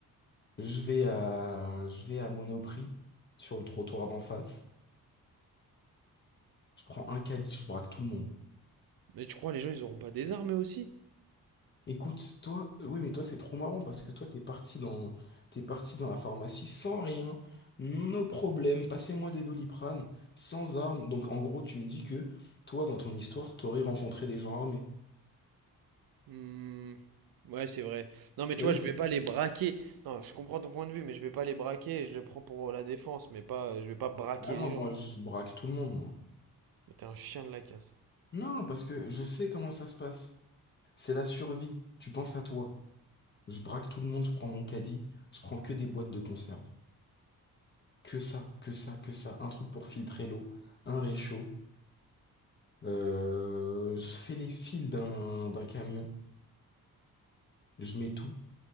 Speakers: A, on the left; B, on the right.
A: je vais à, je vais à Monoprix, sur le trottoir d'en face, je prends un caddie, je braque tout le monde.
B: Mais tu crois les gens ils auront pas des armes eux aussi?
A: Écoute, toi, euh, oui, mais toi, c'est trop marrant parce que toi, t'es parti dans, t'es parti dans la pharmacie sans rien, nos problèmes, passez-moi des Doliprane, sans armes. Donc, en gros, tu me dis que toi, dans ton histoire, t'aurais rencontré des gens armés.
B: Hmm, Ouais, c'est vrai. Non, mais tu
A: Eh
B: vois,
A: oui.
B: je vais pas les braquer. Non, je comprends ton point de vue, mais je vais pas les braquer et je le prends pour la défense, mais pas, je vais pas braquer
A: Ah non,
B: les gens.
A: moi,
B: tu
A: je
B: vois.
A: braque tout le monde, moi.
B: Mais T'es un chien de la casse.
A: Non, parce que je sais comment ça se passe. C'est la survie. Tu penses à toi. Je braque tout le monde, je prends mon caddie, je prends que des boîtes de conserve. Que ça, que ça, que ça. Un truc pour filtrer l'eau, un réchaud. Euh, je fais les fils d'un d'un camion. Je mets tout.